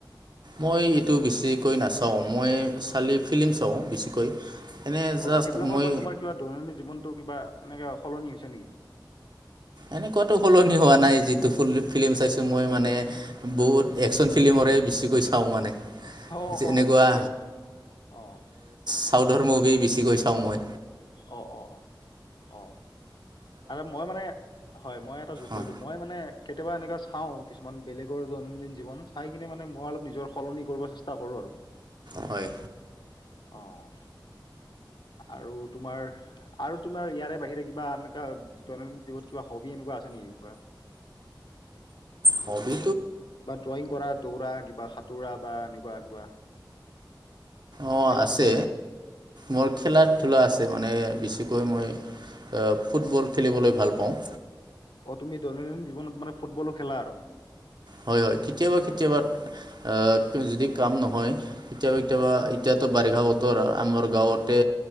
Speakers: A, on the right (about 60°); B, on the left (about 70°).
A: মই এইটো বেছিকৈ নাচাওঁ মই চালে ফিল্ম চাওঁ বেছিকৈ এনে
B: অ',
A: জাষ্ট
B: সেইবিলাকৰ
A: মই
B: পৰা তোমাৰ কিবা দৈনন্দিন জীৱনতটো কিবা এনেকে সলনি হৈছে নেকি?
A: এনেকুৱাতো সলনি হোৱা নাই যিটো ফ ফিল্ম চাইছো মই মানে বহুত একচন ফিলিম বেছিকৈ চাওঁ মানে
B: অ', -অ',
A: এনেকুৱা
B: ঠিকে আছে অ',
A: চাউথৰ মুভি বেছিকৈ চাওঁ মই
B: অ', -অ', - অ', আৰু মই মানে হয় মই এটা যোগ
A: অঁ
B: কৰি দিওঁ মই মানে কেতিয়াবা এনেকুৱা চাওঁ কিছুমান বেলেগৰ দৈনন্দিন জীৱন চাই কিনে মানে মই অলপ নিজৰ সলনি কৰিব চেষ্টা কৰোঁ আৰু
A: হয়।
B: অ', আৰু তোমাৰ আৰু তোমাৰ ইয়াৰে বাহিৰে কিবা এনেকুৱা দৈনন্দিন জীৱনত কিবা হবি এনেকুৱা আছে নেকি কিবা?
A: হবি
B: বা ড্ৰয়িং কৰা দৌৰা কিবা সাঁতোৰা বা এনেকুৱা কিবা
A: অ',
B: খেলা
A: আছে
B: ধূলা
A: মোৰ খেলা-ধূলা
B: হয়।
A: আছে মানে বেছিকৈ মই ফুটবল খেলিবলৈ ভাল পাওঁ।
B: অ', তুমি দৈনন্দিন জীৱনত মানে ফুটবলো খেলা আৰু
A: হয়-হয় কেতিয়াবা-কেতিয়াবা অ', যদি কাম নহয় কেতিয়াবা-কেতিয়াবা এতিয়াতো বাৰিষা বতৰ আমাৰ গাঁৱতে